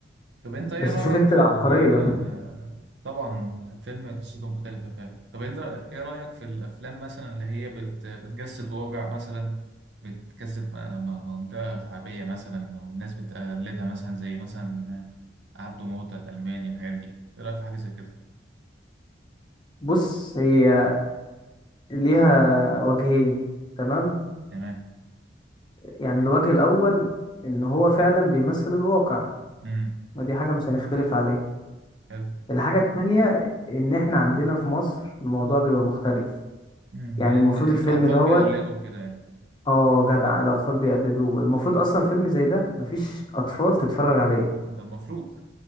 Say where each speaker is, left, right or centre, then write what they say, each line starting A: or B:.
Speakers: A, on the right; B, on the left.
A: طب انت ايه
B: بس
A: رأيك
B: شوف انت
A: في
B: العبقرية
A: ال آه، طبعا الفيلم قصته مختلفة فعلا طب انت ايه رأيك في الافلام مثلا اللي هي بت بتجسد واقع مثلا بتجسد م- م- منطقة شعبية مثلا او الناس بتقلدها مثلا زي مثلا عبده موتة الألماني الحاجات دي ايه رأيك في حاجة زي كده
B: بص هي ليها وجهين تمام
A: تمام
B: يعني الوجه الاول ان هو فعلا بيمثل الواقع
A: امم
B: ودي حاجة مش هنختلف عليها
A: حلو
B: الحاجة التانية ان احنا عندنا في مصر الموضوع بيبقى مختلف
A: امم
B: يعني
A: لأن
B: المفروض
A: الأطفال
B: الفيلم دوت
A: بيقلدوا كده يعني
B: اه جدع الأطفال بيقلدوه المفروض أصلا فيلم زي ده مفيش أطفال تتفرج عليه
A: ده المفروض